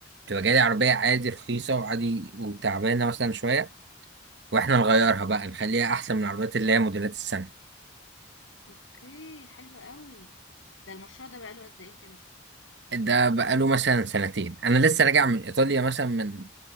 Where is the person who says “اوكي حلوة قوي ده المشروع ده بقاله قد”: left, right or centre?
Left